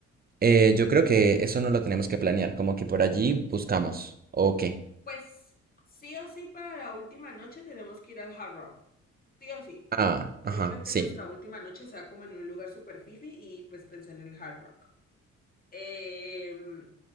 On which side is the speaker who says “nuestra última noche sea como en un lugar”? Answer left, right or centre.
Left